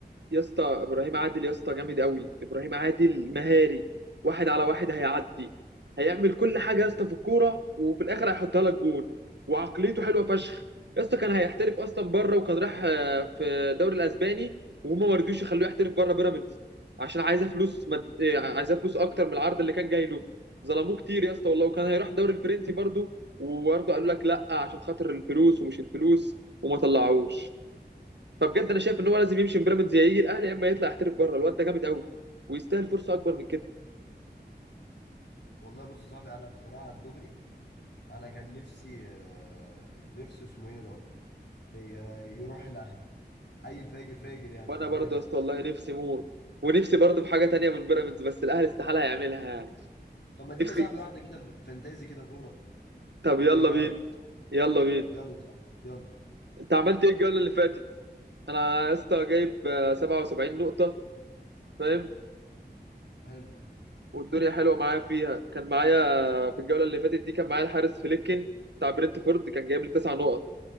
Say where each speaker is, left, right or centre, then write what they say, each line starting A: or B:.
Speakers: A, on the right; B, on the left.
A: يا اسطى ابراهيم عادل يا اسطى جامد قوي ابراهيم عادل مهاري واحد على واحد هيعدي هيعمل كل حاجه يا اسطى في الكوره وفي الاخر هيحطها لك جول وعقليته حلوه فشخ يا اسطى كان هيحترف اصلا بره وكان راح آه، في الدوري الاسباني وهما ما رضيوش يخلوه يحترف بره بيراميدز عشان عايزه فلوس مد... آه، عايزه فلوس اكتر من العرض اللي كان جاي له ظلموه كتير يا اسطى والله وكان هيروح الدوري الفرنسي برضه وبرضه قالوا لك لا عشان خاطر الفلوس ومش الفلوس وما طلعوش فبجد انا شايف ان هو لازم يمشي من بيراميدز يا يجي الاهلي يا اما يطلع يحترف بره الواد ده جامد قوي ويستاهل فرصه اكبر من كده
B: والله بص يا صاحبي انا بصراحه الدغري انا كان نفسي آه، نفسي اسمه ايه ده آه، يروح الاهلي عيل فاجر فاجر يعني
A: وانا
B: بامانه
A: برضه يا اسطى والله نفسي موت ونفسي برضه في حاجه تانية من بيراميدز بس الاهلي استحاله يعملها يعني
B: طب ما تيجي
A: نفسي
B: يا صاحبي واحده كده ف- فانتازي كده كوره
A: طب يلا
B: ايه رايك
A: بينا يلا بينا
B: يلا صاحبي يلا
A: انت عملت ايه الجوله اللي فاتت انا يا اسطى جايب آه، 77 نقطه فاهم
B: حلو
A: والدنيا حلوه معايا فيها كان معايا آه، في الجوله اللي فاتت دي كان معايا الحارس فليكن بتاع برنتفورد كان جايب لي 9 نقط